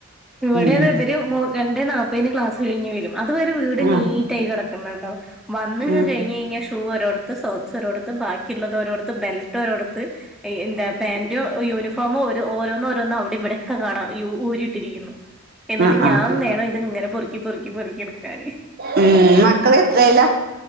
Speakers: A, in the centre; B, on the right.
A: ഇവിടെ
B: ഉം
A: അതെ ഇവര് രണ്ടേ നാൽപേന് ക്ലാസ് കഴിഞ്ഞ് വരും. അതുവരെ വീട് നീറ്റ്
B: ആഹ്
A: ആയി കിടക്കുന്നുണ്ടാവും, വന്ന്ങ്ങ്
B: ആഹ്
A: കഴിഞ്ഞെഴിഞ്ഞാൽ ഷൂ ഒരോ സോക്സ് ഒരോടത്, ബാക്കിയുള്ളത് ഒരോടുത്, ബെൽറ്റോരോടുത്ത്. എന്താ പാന്റു യൂണിഫോമും ഒരു ഓരോന്നോഓരോന്നു അവിടെ ഇതൊക്കെ കാണാ. ഊരിട്ടിരിക്കുന്നു. എന്നിട്ട്
B: ആഹ്
A: ഞാൻ
B: ആഹ്
A: വേണം ഇത്ങ്ങനെ പെറുക്കി പെറുക്കി പെറുക്കിടുക്കാന്.
B: ഉം, മക്കള് എത്രേല